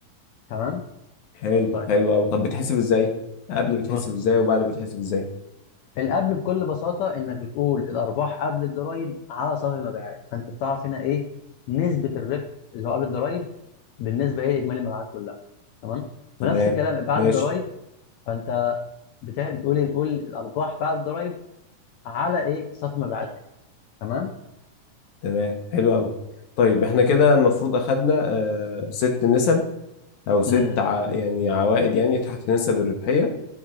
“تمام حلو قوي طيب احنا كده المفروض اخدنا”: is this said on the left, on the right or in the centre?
Left